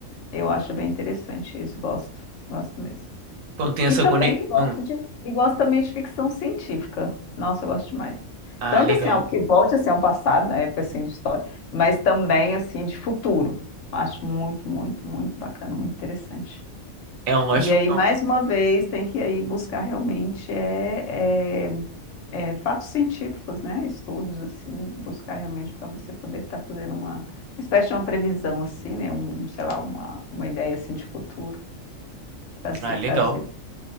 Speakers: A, on the left; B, on the right.
A: eu acho bem interessante isso, gosto, gosto mesmo.
B: Quando tem essa
A: E também
B: conexão.
A: gosto de e gosto também de ficção científica. Nossa, eu gosto demais.
B: ah,
A: Tanto
B: legal.
A: assim, algo que volte assim, ao passado, na época assim de história, mas também assim de futuro. Acho muito, muito, muito bacana, muito interessante.
B: É um ótimo.
A: E aí,
B: é
A: mais
B: um-
A: uma vez, tem que aí buscar realmente é, é, é, fatos científicos, né? Estudos, assim, buscar realmente para você poder estar fazendo uma, uma espécie de uma previsão, assim, né? Um, sei lá, uma, uma ideia, assim, de futuro para se
B: Ah, legal.
A: trazer.